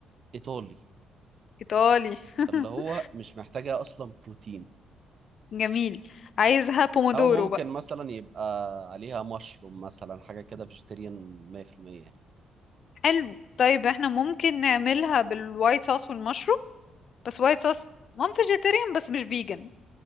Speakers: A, on the right (about 50°); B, on the left (about 55°).
A: ايطالي
B: ايطالي <laughs>
A: فاللي هو مش محتاجه اصلا بروتين
B: جميل عايزها بومودورو
A: او ممكن مثلا يبقى عليها مشروم مثلا حاجه كده فيجيتيريان 100% يعني.
B: حلو طيب احنا ممكن نعملها بالوايت صوص والمشروم بس وايت صوص مام فيجيتيريان بس مش فيجن